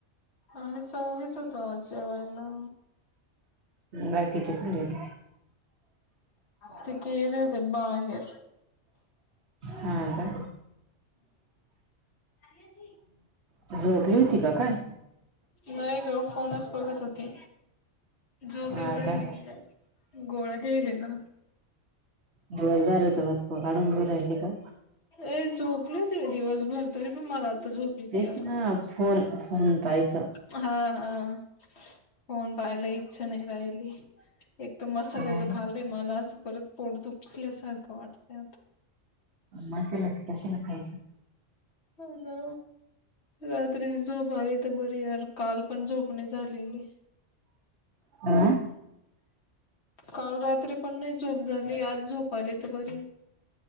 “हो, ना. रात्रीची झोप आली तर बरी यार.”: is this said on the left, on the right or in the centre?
Left